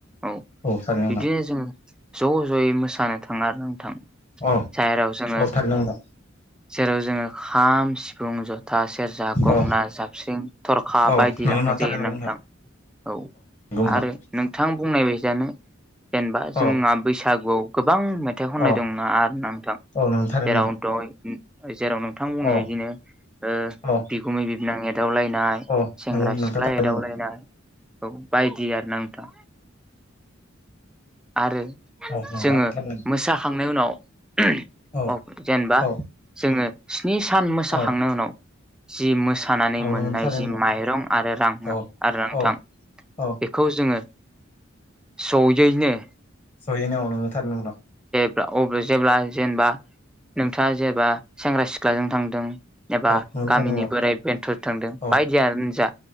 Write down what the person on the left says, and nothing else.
थारैनो नोंथां
अह
<unintelligible> नोंथां
औ
औ
नंगौ
नोंथां थारैनो
नंगौ
नंगौ
नोंथां
औ
औ
औ नोंथां थारैनो
नोंथां
औ
औ
औ
नंगौ नोंथां
थारैनो
नंगौ
औ नोंथां
थारैनो
औ
औ
औ
औ
नंगौ थारैनो
नंगौ
औ
औ औ
जहैनौ अ नोंगोथार नोंथां
औ नोंनो
थारैनो नंगौ
औ